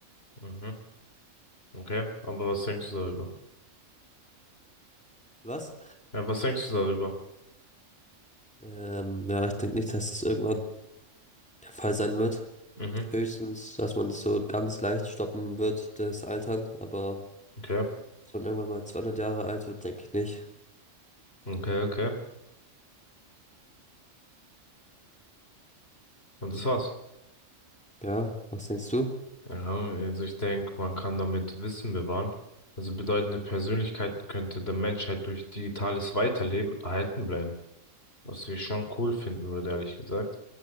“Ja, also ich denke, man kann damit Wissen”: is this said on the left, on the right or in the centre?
Left